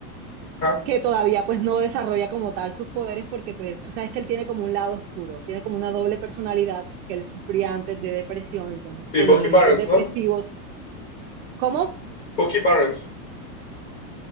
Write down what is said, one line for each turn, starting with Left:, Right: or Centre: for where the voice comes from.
Left: Ajá.
Right: que todavía pues no desarrolla como tal sus poderes porque pues tú sabes que él tiene como un lado oscuro, tiene como una doble personalidad que él sufría antes de depresión, entonces
Left: Sí,
Right: pues
Left: Bucky
Right: en los momentos
Left: Barnes,
Right: depresivos,
Left: ¿no?
Right: ¿cómo?
Left: Bucky Barnes.